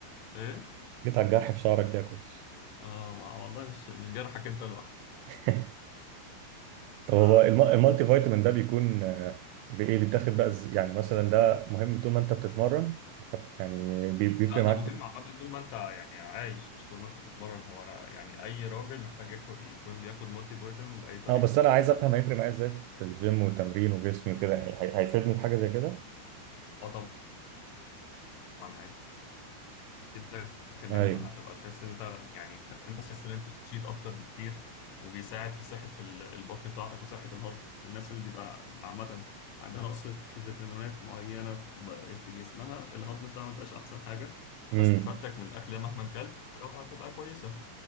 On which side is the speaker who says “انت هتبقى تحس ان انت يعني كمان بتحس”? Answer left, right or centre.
Left